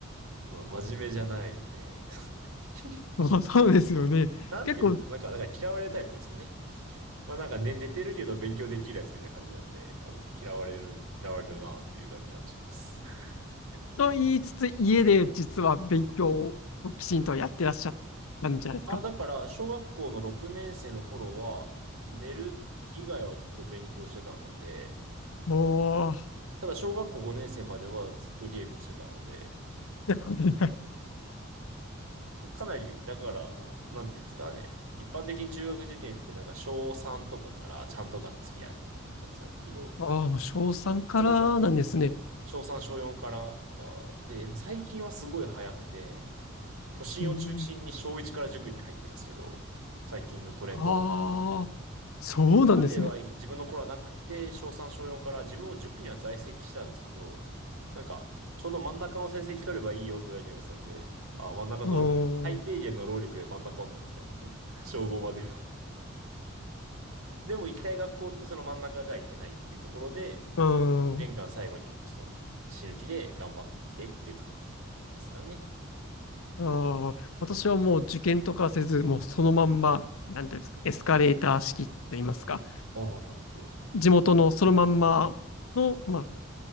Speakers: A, on the right; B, on the left.
A: まあ真面目じゃないので、<laughs>
B: まあそうですよね。
A: なんて言うんですか。
B: 結構
A: なんか、だから嫌われるタイプですよね。まあなんか寝、寝てるけど勉強できるやつみたいな感じなんで、多分嫌われるん、嫌われるなっていう感じはします。<laughs>
B: と言いつつ、家で実は勉強をきちんとやってらっしゃったんじゃないですか
A: あ、だから小学校の6年生の頃は寝る以外はずっと勉強してたので、
B: おー。
A: ただ小学校5年生まではずっとゲームしてたので、
B: <laughs>
A: かなり、だから、なんていうんですかね。一般的に中学受験ってなんか小3とかからちゃんとがっつりやるみたいな感じなんですけど、
B: ああ、もう小3からなんですね。
A: まあなんか小3小4からとかで、最近はすごい早くて、都心を中心に小1から塾に入ってますけど、
B: へえ。
A: 最近のトレンドを見る。
B: ああ、そうなんですね。
A: までは自分の頃はなくて、小3、小4から自分も塾には在籍してたんですけど、なんか、ちょうど真ん中の成績取ればいいよと親に言われてたんで、ああ、真ん中取るか。
B: うーん。
A: 最低限の労力で真ん中を取ってたんですね。
B: う
A: <laughs> 小5までは。でも行きたい学校ってその真ん中じゃいけないっていうところで、
B: ー
A: 年間最後にちょっと死ぬ気で頑張ってっていう感じですかね。
B: ん。ああ、私はもう受験とかせず、もうそのまんま、なんていうんですか、エスカレーター式と言いますか、
A: ああ、なるほど。
B: 地元のそのまんまの、まあ、